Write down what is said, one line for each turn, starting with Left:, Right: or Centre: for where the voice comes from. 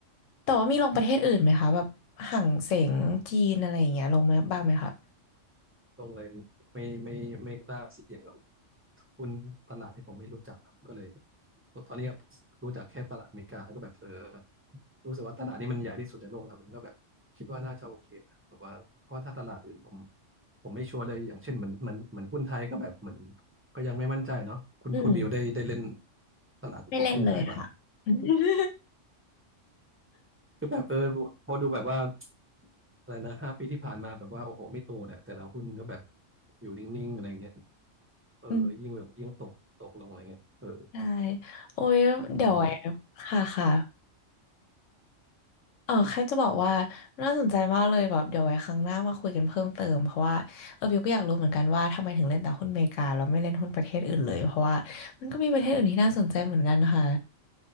Left: แต่ว่ามีลงประเทศอื่นไหมคะแบบหั่งเสงจีนอะไรอย่างเงี้ยลงไหมบ้างไหมคะ
Right: ลงเลยไม่ไม่ไม่กล้าเสี่ยงกับหุ้นตลาดที่ผมไม่รู้จักครับก็เลยตอนนี้ครบรู้จักแค่ตลาดอเมริกาแล้วก็แบบเออรู้สึกว่าตลาดนี้มันใหญ่ที่สุดในโลกแล้วมันก็แบบคิดว่าน่าจะโอเคนะแบบว่าเพราะว่าถ้าตลาดอื่นผมผมไม่ชัวร์เลยอย่างเช่นเหมือนเหมือนเหมือนหุ้นไทยก็แบบเหมือนก็ยังไม่มั่นใจเนาะคุณคุณบิวได้ได้เล่น
Left: อืม
Right: ตลาดพวกหุ้นไทยป่ะ
Left: ไม่เล่นเลยค่ะ <laughs>
Right: คือแบบเออพอดูแบบว่าอะไรนะห้าปีที่ผ่านมาแบบว่าโอ้โหไม่โตเนี่ยแต่ละหุ้นก็แบบอยู่นิ่งๆอะไรเงี้ย เออยิ่งแบบยิ่งตกตกลงอะไรเงี้ยเออ
Left: อืมใช่โอ้ยเดี๋ยวไว้
Right: เหมือนแบบ
Left: ค่ะค่ะเออแค่จะบอกว่าน่าสนใจมากเลยแบบเดี๋ยวไว้ครั้งหน้ามาคุยกันเพิ่มเติมเพราะว่าเออบิวก็อยากรู้เหมือนกันว่าทำไมถึงเล่นแต่หุ้นอเมริกาแล้วไม่เล่นหุ้นประเทศอื่นเลยเพราะว่ามันก็มีประเทศอื่นที่น่าสนใจเหมือนกันค่ะ